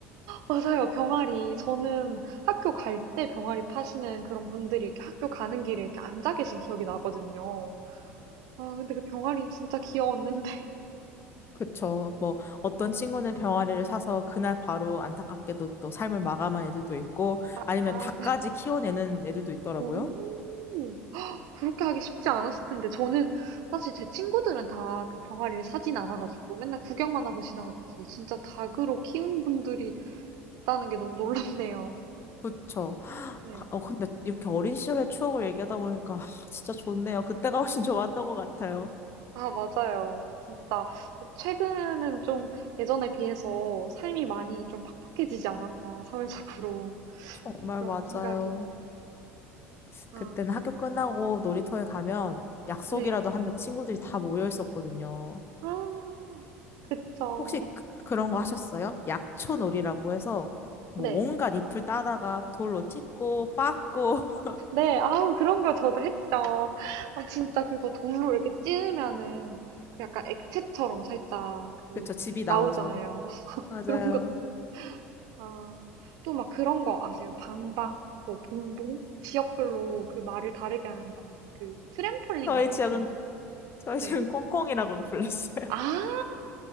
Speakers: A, on the right (about 60°); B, on the left (about 35°).
A: 맞아요. 병아리. 저는 학교 갈 때 병아리 파시는 그런 분들이 이렇게 학교 가는 길에 이렇게 앉아 계신 기억이 나거든요. 아, 근데 그 병아리 진짜 귀여웠는데. <laughs>
B: 그쵸. 뭐, 어떤 친구는 병아리를 사서 그날 바로 안타깝게도 또 삶을 마감한 애들도 있고,
A: 아,
B: 아니면
A: 아,
B: 닭까지 키워내는 애들도 있더라고요.
A: 오. 그렇게 하기 쉽지 않았을 텐데 저는 사실 제 친구들은 다 그 병아리를 사진 않아 가지고 맨날 구경만 하고 지나갔지 진짜 닭으로 키운 분들이 있다는 게 너무 놀랍네요.
B: 그쵸. <gasps>
A: 네.
B: 어, 근데 이렇게 어린 시절의 추억을 얘기하다 보니까 아, 진짜 좋네요. 그때가 훨씬 좋았던 것 같아요.
A: 아 맞아요. 진짜 최근은 좀 예전에 비해서 삶이 많이 좀 팍팍해지지 않았나 사회적으로. <laughs>
B: 정말
A: 좀 그런
B: 맞아요.
A: 생각이. 아.
B: 그때는 학교 끝나고 놀이터에 가면 약속이라도
A: 네.
B: 하는 친구들이 다 모여 있었거든요.
A: 아. 그쵸.
B: 혹시 그, 그런 거 하셨어요? 약초놀이라고 해서 뭐
A: 네.
B: 온갖 잎을 따다가 돌로 찍고 빻고 <laughs>
A: 네. 아우 그런 거 저도 했죠. 아 진짜 그거 돌로 이렇게 찌르면은 그 약간 액체처럼 살짝 그
B: 그쵸 집이 나오죠.
A: 나오잖아요. <laughs>
B: 맞아요.
A: 그런 것도. 아. 또 막 그런 거 아세요? 방방, 뭐 봉봉? 지역별로 그 말을 다르게 하는데 아무튼 그 트램폴린
B: 저희
A: 같은
B: 지역은 저희
A: 네.
B: 지역은 콩콩이라고 불렀어요.
A: 아.